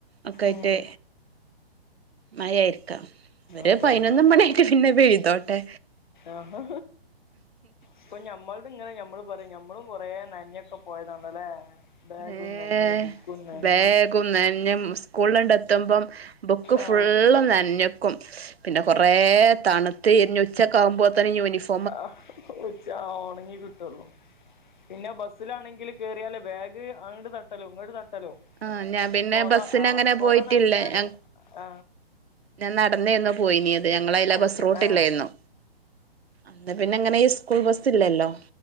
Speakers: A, on the right; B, on the left.
A: ഒക്കൊയിട്ടേ
B: ഉം
A: മഴായിരിക്കാം ഒരു
B: അതന്നെ
A: പതിനൊന്ന് മണിയായിട്ട് പിന്നെ പെയ്തോട്ടെ
B: ആഹ് ഇപ്പൊ ഞമ്മൾ അങ്ങനെ മ്മള് പറയും ഞമ്മളും അപ്പം ഇങ്ങനെ ഞമ്മളും പറയാ ഞമ്മളും കൊറേ നനഞ്ഞയൊക്കെ പോയതാണല്ലേ ബാഗും
A: ഏഹ്
B: നനഞ് ബുക്കും നനഞ്ഞ്
A: ബാഗും നെനഞ്ഞും സ്കൂളിൽണ്ട് എത്തുമ്പം ബുക്ക് ഫുള്ള്
B: ആഹ്
A: നനഞ്ഞ ക്കും പിന്നെ കൊറേ തണുത്ത് ഇരിഞ്ഞ ഉച്ചക്ക ആകുമ്പോ തന്നെ യൂഫോ
B: ആഹ് ഉച്ച ഉണങ്ങി കിട്ടുള്ളൂ പിന്നെ ബ സിലാണെങ്കിൽ കയറിയാല് ബാഗ് അങ്ങട്ട് തട്ടലും അങ്ങോട്ട് തട്ടലും ഹലോ,
A: ആഹ് ഞാൻ പിന്നെ
B: കൊട
A: ബസ്സിന്
B: ആ,
A: അങ്ങനെ
B: കൊട
A: പോയിട്ടില്ല
B: നനഞ്ഞാല്
A: ഞാൻ
B: ആ.
A: ഞാൻ നടന്നന്നും പോയിനീത് ഞങ്ങള അതിലെ
B: അത്
A: ബസ്
B: ശരി
A: റൂ ട്ടില്ലായിരുന്നു.
B: ആഹ്
A: അന്ന് പിന്നെ ഇങ്ങനെ ഈ സ്കൂൾ ബസ് ഇല്ലല്ലോ.